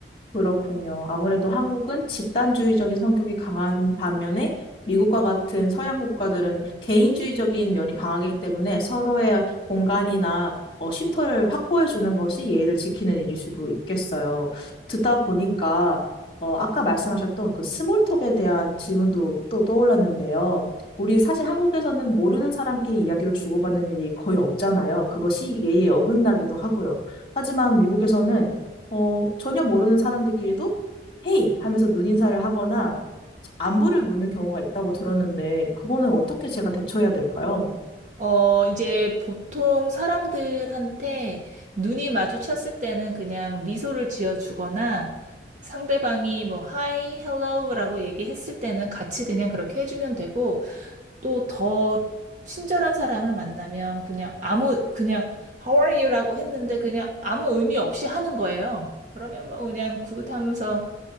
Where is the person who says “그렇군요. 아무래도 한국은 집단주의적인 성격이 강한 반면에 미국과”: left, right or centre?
Left